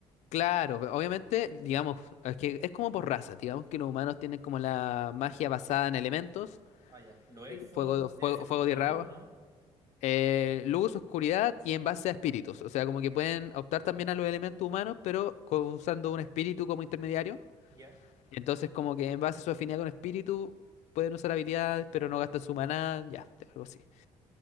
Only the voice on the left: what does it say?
Claro, pe- obviamente, digamos, es que es como por raza, digamos que los humanos tienen como la magia basada en elementos,
eh,
fuego,
fuego,
fuego,
tierra,
agua,
eh, luz, oscuridad y en base a espíritus. O sea, como que pueden optar también a los elementos humanos, pero co- usando un espíritu como intermediario.
Entonces, como que en base a su afinidad con espíritu, pueden usar habilidades, pero no gastan su maná, ya, algo así.